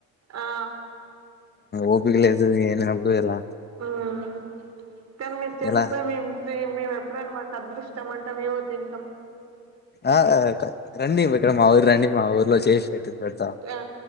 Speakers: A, on the right; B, on the left.
A: ఆ
B: ఓపిక లేదు ఏం లేనప్పుడు ఎలా
A: మ్మ్ కనిమి చేస్తా
B: ఎలా
A: మేం <inaudible> ఎప్పుడని మాకు అదృష్ట ఇ మంటాం ఏవ త ఇంకామ్
B: ఆ రండి విక్ర మా ఊరు రండి మా ఊర్లో చేసి పెట్టి పెడతా
A: ఆ